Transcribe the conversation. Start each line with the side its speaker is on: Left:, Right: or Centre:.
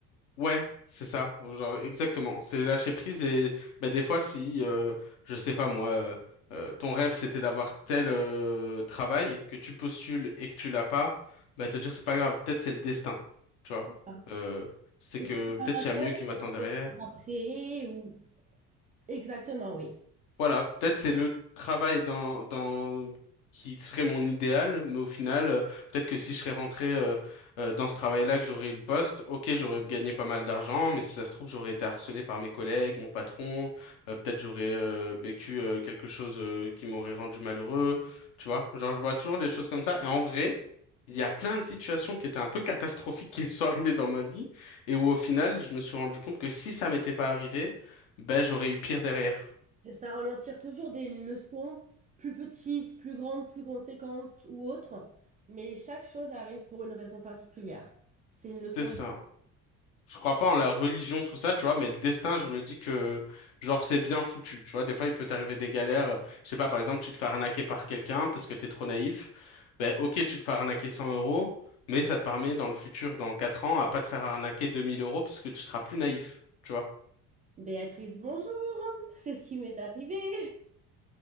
Left: Ouais, c'est ça, genre exactement. C'est lâcher prise et bah, des fois si euh, je sais pas moi, euh, euh, ton rêve c'était d'avoir tel euh, travail et que tu postules et que tu l'as pas, bah te dire c'est pas grave, peut-être c'est le destin, tu vois.
Right: C'est ça.
Left: Euh, c'est
Right: Et
Left: que
Right: si c'est
Left: peut-être
Right: pas maintenant,
Left: il y a mieux qui m'attend
Right: c'est que ça
Left: derrière.
Right: peut être après ou... Exactement, oui.
Left: Voilà, peut-être c'est le travail dans, dans qui serait mon idéal, mais au final, euh, peut-être que si je serais rentré euh, euh, dans ce travail-là, que j'aurais eu le poste, ok, j'aurais gagné pas mal d'argent, mais si ça se trouve, j'aurais été harcelé par mes collègues, mon patron, euh, peut-être j'aurais euh, vécu euh, quelque chose euh, qui m'aurait rendu malheureux, tu vois. Genre, je vois toujours les choses comme ça, et en vrai, il y a plein de situations qui étaient un peu catastrophiques qui me sont arrivées dans ma vie, et où au final, je me suis rendu compte que si ça m'était pas arrivé, ben j'aurais eu pire derrière.
Right: C'est ça, on en tire toujours des leçons plus petites, plus grandes, plus conséquentes ou autres, mais chaque chose arrive pour une raison particulière. C'est une leçon
Left: C'est ça.
Right: de...
Left: Je crois pas en la religion, tout ça, tu vois, mais le destin, je me dis que, genre, c'est bien foutu, tu vois. Des fois, il peut t'arriver des galères. Je sais pas, par exemple, tu te fais arnaquer par quelqu'un parce que t'es trop naïf. Ben, ok, tu te fais arnaquer 100 euros, mais ça te permet, dans le futur, dans 4 ans, à pas te faire arnaquer 2000 euros parce que tu seras plus naïf, tu vois.
Right: Béatrice, bonjour. C'est ce qui m'est arrivé. <laughs>